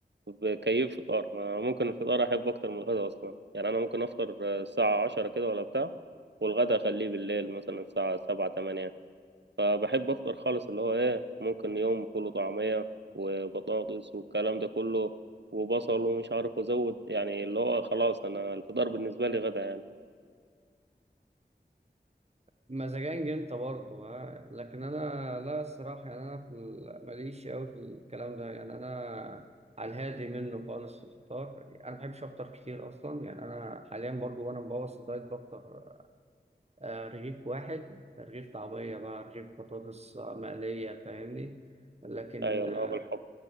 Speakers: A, on the right; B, on the right.
A: بكيف فطار ما ممكن الفطار احب اكتر من الغدا اصلا يعني انا ممكن افطر آه، الساعه عشرة كده ولا بتاع والغدا اخليه بالليل مثلا الساعه سبعة تمانية فبحب افطر خالص اللي هو ايه ممكن يوم فول وطعميه وبطاطس والكلام ده كله وبصل ومش عارف ازود يعني اللي هو خلاص انا الفطار بالنسبه لي غدا يعني
B: مزاجنج انت برضه ها لكن انا لا الصراحه يعني انا في ال- ماليش قوي في الكلام ده يعني انا على الهادي منه خالص في الفطار انا ما بحبش افطر كتير اصلا يعني انا حاليا برضه وانا مبوظ الدايت بفطر آه، رغيف واحد رغيف طعميه بقى رغيف بطاطس آه، مقليه فاهمني لكن
A: ايوه
B: آه،
A: اللي هو بالحب